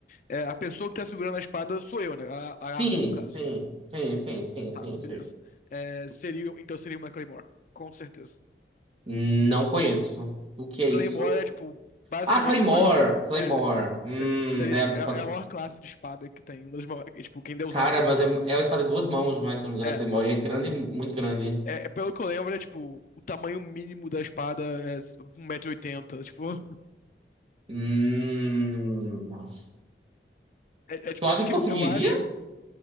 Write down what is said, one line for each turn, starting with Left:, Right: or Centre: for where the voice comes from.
Left: é, a pessoa que tá segurando a espada sou eu, né? A, a
Right: Sim,
Left: arma, no caso.
Right: sim, sim, sim, sim,
Left: Tá,
Right: sim,
Left: beleza.
Right: sim.
Left: É, seria, então seria uma Claymore, com certeza.
Right: Não conheço. O que é isso?
Left: Claymore é, tipo, basicamente
Right: Ah, Claymore!
Left: a maior.
Right: Claymore.
Left: É,
Right: Hum,
Left: Claymore. Seria,
Right: é
Left: tipo,
Right: a minha espada
Left: é, é a maior classe de espada que tem. Uma das maiores, é, tipo, quem deu usada.
Right: Cara, mas é, é uma espada de duas mãos, não é? Se eu não me engano,
Left: É,
Right: a Claymore e é grande, muito grande.
Left: é, é, pelo que eu lembro, é tipo, o tamanho mínimo da espada é um metro e oitenta Tipo,
Right: Hum, nossa.
Left: <laughs> é, é, tipo,
Right: Tu acha
Left: porque
Right: que conseguiria?
Left: eu, eu acho.